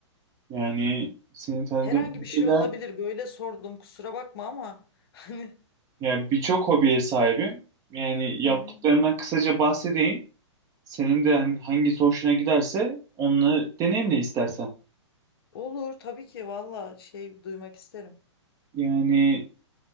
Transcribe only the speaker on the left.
Herhangi
bir şey olabilir. Böyle sordum kusura bakma ama <laughs> hani
Hı hı.
olur tabii ki valla şey duymak isterim.